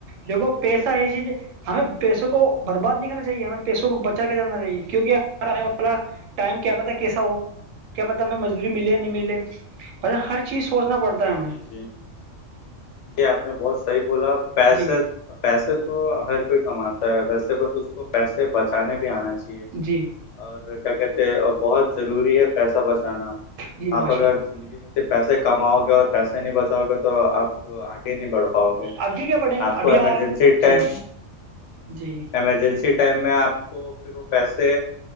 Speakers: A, on the right; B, on the left.
A: دیکھو پیسہ یہ چیز ہمیں پیسوں کو برباد نہیں کرنا چاہیے ہمیں پیسوں کو بچا کر جانا چاہیے کیونک آنے والا ٹائم کیا پتا کیسا ہو کیا پتا ہمیں مزدوری ملے یا نہیں ملے
B: ہوں
A: پ ہر چیز سوچنا پڑتا
B: جی
A: ہے ہمیں
B: جی جی جی آپ نے بہت صحیح بولا پیسے
A: جی
B: پیسے تو ہر کوئی کماتا ہے ویسے بس اس کو پیسے بچانے بھی آنا چاہیے
A: جی
B: اور کیا کہتے ہیں بہت ضروری ہے پیسہ بچانا
A: جی ماشاء
B: آپ اگر
A: اللہ
B: زندگی میں صرف پیسے کماؤ گے اور پیسے نہیں بچاؤ گے تو آپ تو آگے نہیں بڑھ پاؤ گے
A: آگے کیا بڑھیں گے
B: آپ کو
A: ابھی
B: ایمرجنسی ٹائم
A: جی جی
B: ایمرجنسی ٹائم میں آپ کو پھر وہ پیسے